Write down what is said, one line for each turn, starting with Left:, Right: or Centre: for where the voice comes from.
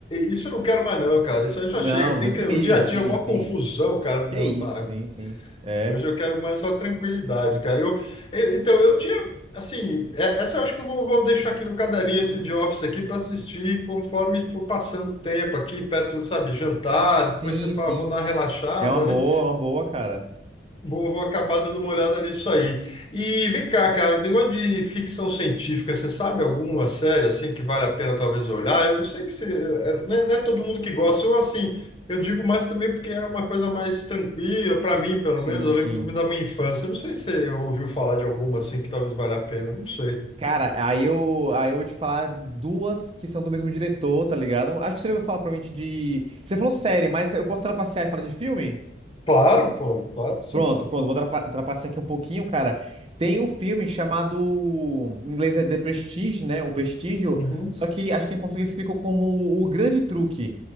Left: isso eu não quero mais não, cara. Isso aí já
Right: Não,
Left: chega. Você
Right: não,
Left: tem
Right: Deus
Left: que,
Right: me
Left: o
Right: livre,
Left: dia a dia
Right: sim,
Left: é uma
Right: sim.
Left: confusão, cara. Não,
Right: Que isso,
Left: para.
Right: sim, sim. É,
Left: Hoje eu quero mais só tranquilidade, cara. Eu, eu- então, eu tinha, assim, é- essa eu acho que eu vou, vou deixar aqui no caderninho esse de office aqui para assistir conforme for passando o tempo aqui, perto, sabe, jantar,
Right: sim,
Left: depois você, pá,
Right: sim.
Left: vão dar uma relaxada,
Right: É uma boa,
Left: né?
Right: é uma boa, cara.
Left: Vou, vou acabar dando uma olhada nisso aí. E vem cá, cara, um negócio de ficção científica, você sabe alguma série assim que vale a pena talvez olhar? Eu sei que você, é, não é, não é todo mundo que gosta. Eu assim, eu digo mais também porque é uma coisa mais tranquila para mim, pelo
Right: Sim,
Left: menos. Eu
Right: sim.
Left: lembro do- da minha infância. Eu não sei se você ouviu falar de alguma assim que talvez valha a pena. eu Não sei.
Right: Cara, aí eu, aí eu vou te falar duas que são do mesmo diretor, tá ligado? Acho que você vai falar provavelmente de. Você falou série, mas eu posso trapacear e falar de filme?
Left: Claro, pô, claro que sim.
Right: Pronto, pronto, vou trapa- trapacear aqui um pouquinho, cara. Tem um filme chamado, em inglês é The Prestige, né? O Prestígio,
Left: Uhum.
Right: só que acho que em português ficou como O Grande Truque.